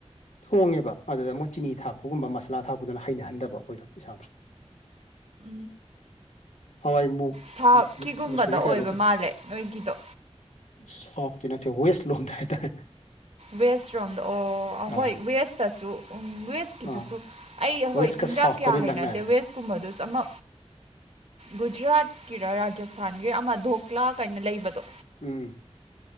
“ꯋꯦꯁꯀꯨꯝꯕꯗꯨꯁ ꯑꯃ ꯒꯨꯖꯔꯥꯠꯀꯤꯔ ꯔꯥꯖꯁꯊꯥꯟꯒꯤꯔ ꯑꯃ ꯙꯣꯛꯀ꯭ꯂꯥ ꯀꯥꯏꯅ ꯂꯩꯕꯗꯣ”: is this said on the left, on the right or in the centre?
Right